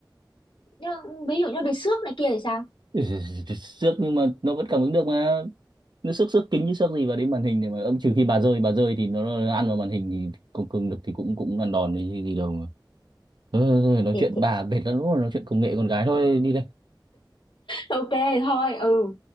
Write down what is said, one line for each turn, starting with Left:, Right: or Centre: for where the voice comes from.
Left: nhưng ví dụ như bị xước này kia thì sao
Right: Ừ, xước nhưng mà nó vẫn cảm ứng được mà nó xước xước kính chứ xước gì vào đến màn hình để mà âm trừ khi bà rơi bà rơi thì nó, nó ăn vào màn hình thì không cương được thì cũng cũng ăn đòn thì gì đâu mà thôi, thôi, thôi, nói
Left: thì,
Right: chuyện
Left: thì
Right: bà mệt lắm rồi nói chuyện công nghệ con gái thôi đi
Left: ok thôi ừ